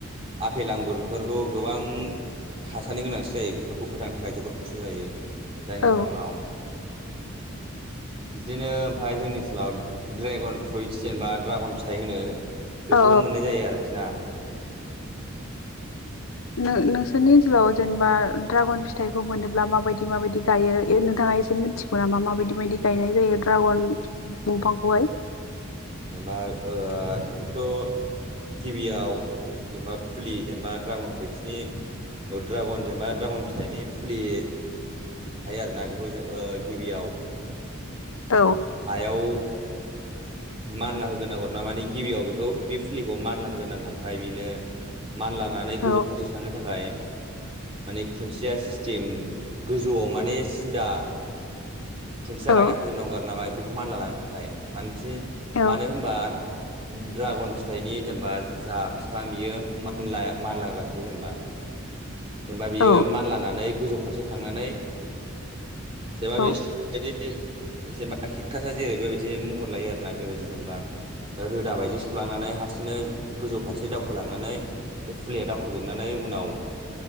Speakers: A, on the right; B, on the left.
A: आफेल आंगुर बेफोरखौ गोबां हासारनि गोनांथि जायो बेफोरखौ फोथांनो थाखाय जोबोद खस्थ' जायो जायनि
B: औ
A: जाउनाव <inaudible> बिदिनो ओमफ्राय जोंनि ओनसोलाव ड्रेागन फ्रुइट जेनेबा ड्रागन फिथाइ होनो बेखौबो
B: औ
A: मोननाय जायो आरोखि ना
B: नो नो नोंसोरनि ओनसोलाव जेनेबा द्रागन फिथाइखौ मोनोब्ला माबायदि माबायदि गायो नोंथांङा एसे मिथिगौ नामा? मा मााबायदि बायदि गायनाय जायो द्रागन दंफांखौहाय
A: जेनबा ओ बेखौथ' गिबियाव जेनबा फुलि जेनेबा ड्रागन फ्रुइट्सनि औ द्रागन जेनबा द्रागन फि फिथाइनि फुलि थायो आरोना बेखौ जोंओ गिबियाव
B: औ
A: हायाव मानला होग्रोन नांगर ना माने गिबियाव बेखौ बे फुलिखौ मानला होग्र नांगौ ओमफफ्राय बेनो मान लानानै
B: औ
A: गोजौ फारसे थांनो थाखाय माने खुन्सेया सिस्टेम गोजौआव माने सिदा खुन्थिया
B: औ
A: गायना होजोबनांगौ आरो नामा बेखौ मानला लांनो थाखाय मानोखि
B: औ
A: मानो होनबा द्रागन फिथाइनि जेनेबा जा बिफां बियो मानलाग्रासो जेनेबा जेनेबा बियो
B: औ
A: मानलानानै गोजौ फारसे थांनानै जेनेबा बेदि
B: औ
A: जेनेबा खेकथास जेरै बेबायदि महर लायो आरोना बेबायदि जेनेबा रो रोदा बायदि सुलांनानै हारसिंनो गोजौ फारसे दावखोलांनानै बे फुलिया दाव फोजोबनानै उनाव